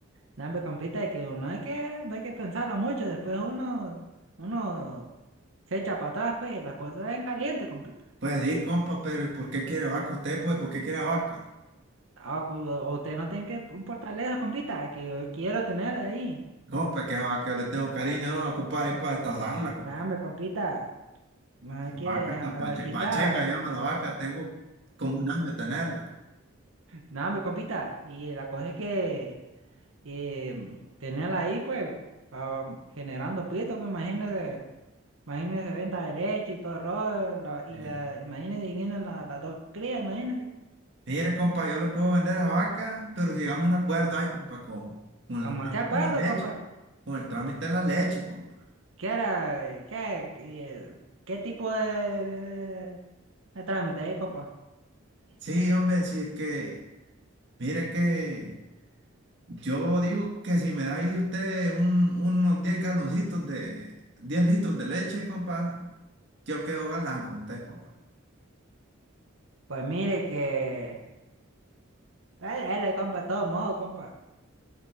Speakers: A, on the right; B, on the right.
A: Nah, hombre, compita, y que uno hay que, no hay que pensarla mucho, después uno, uno se echa para atrás, pues, y la cosa es en caliente, compita.
B: Pues sí, compa, pero ¿y por qué quiere vaca usted, pues? ¿Por qué quiere vaca?
A: Ah, cu- o- usted no tiene que importarle eso, compita, que yo quiero tener ahí.
B: Compa, que a vaca yo le tengo cariño, no la ocupar ahí para estadarla, compa.
A: Nada, me compita, no hay que
B: Vaca
A: a-
B: está pache-
A: a- quitar.
B: pacheca, llama la vaca, tengo como un año tenerla.
A: Nada, me compita. Y la cosa es que eh, tenerla ahí, pues, pa- generando pito, pues imagínese, imagínese venta de leche y todo el rollo, la- y
B: Y dije,
A: la, imagínese y vienen la- las dos crías, imagínese.
B: Mire, compa, yo le puedo vender esa vaca, pero si llegamos a un acuerdo ahí, compa, con, con el
A: Como,
B: trámite
A: ¿qué acuerdo,
B: de la leche,
A: compa?
B: con el trámite de la leche, compa.
A: ¿Qué era? ¿Qué, qué, qué tipo de, de de- de trámite ahí, compa?
B: Sí, hombre, sí es que, mire que yo digo que si me da ahí usted un- unos 10 galoncitos de 10 litros de leche, compa, yo quedo galán con usted, compa.
A: Pues mire que. Dale, dale, compa, todo modo, compa.